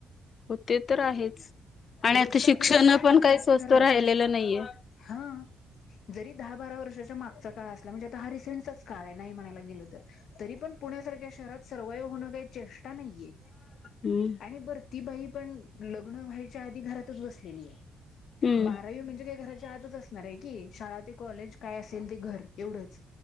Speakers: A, on the left; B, on the left.
A: हो ते तर आहेच. आणि
B: रोजचा
A: आता शिक्षण
B: खर्च काय तुम्ही
A: पण
B: दुसऱ्याच्या
A: काही स्वस्त
B: घरात
A: राहिलेलं नईये.
B: हा जरी दहा बारा वर्षाच्या मागचा काळ असला म्हणजे आता हा रिसेंटचाच काळ हाय नाही म्हणायला गेलं तर तरी पण पुण्या सारख्या शहरात सर्वाइव्ह होण काही चेष्टा नाईये
A: हम्म
B: आणि बर ती बाई पण लग्न व्हायच्या आधी घरातच बसलेली ये
A: हम्म
B: बारावी म्हणजे काय घरा च्याआतच असणार हाय की शाळा ते कॉलेज काय असेल ते घर एवढंच.